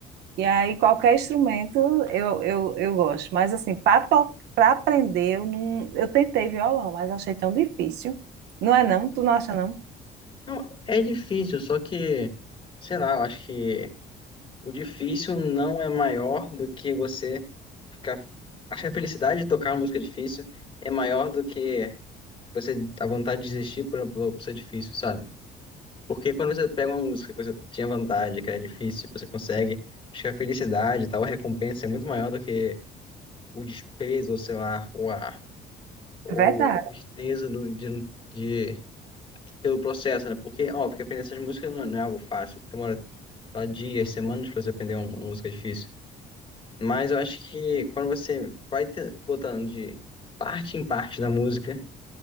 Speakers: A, on the right; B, on the left.
A: E aí, qualquer instrumento eu, eu, eu gosto. Mas, assim, para para aprender, eu, não, eu tentei violão, mas achei tão difícil. Não é não? Tu não acha não?
B: Não, é difícil, só que, sei lá, eu acho que o difícil não é maior do que você ficar. Acho que a felicidade de tocar uma música difícil é maior do que você, a vontade de desistir por, por, por ser difícil, sabe? Porque quando você pega uma música que você tinha vontade, que era difícil, você consegue, acho que a felicidade e tal, a recompensa é muito maior do que o desprezo, ou sei lá, ou a, ou
A: É verdade.
B: a tristeza do, de, de- pelo processo, né? Porque, ó, porque aprender essas músicas não, é, não é algo fácil, demora tá, dias, semanas pra você aprender uma, uma música difícil. Mas eu acho que quando você vai te- botando de parte em parte da música,